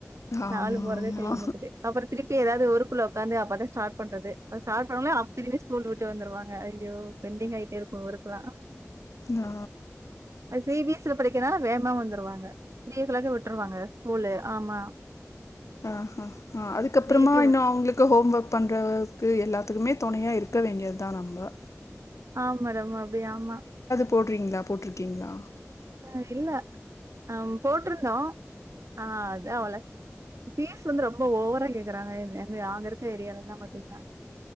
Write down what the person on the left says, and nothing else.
ஆமா
ஆமா
ஆ
ஆ ஆ அதுக்கப்பறமா
இன்னு
அவங்களுக்கு ஹோம் ஒர்க் பண்ற ஒர்க் எல்லா குமே துணையா இருக்க வேண்டியத்தா நம்ம
போடுறீங்ளா போட்டு இருக்கீங்ளா